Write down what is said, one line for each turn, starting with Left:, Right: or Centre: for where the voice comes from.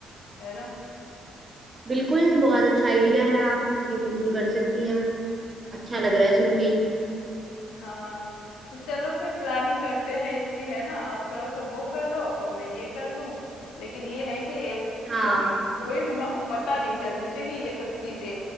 Left: है ना?
Right: बिल्कुल बहुत अच्छा आइडिया है आप ये बिल्कुल कर सकती हैं अच्छा लग रहा है सुन के ही।
Left: हाँ, तो चलो फिर प्लानिंग करते हैं इसकी, है ना? आप थोड़ा-सा वो कर लो और मैं ये कर लूँ। लेकिन ये है कि एक
Right: हाँ
Left: ना कि कोई मम्मा को पता नहीं चलनी चाहिए ये सब चीज़ें,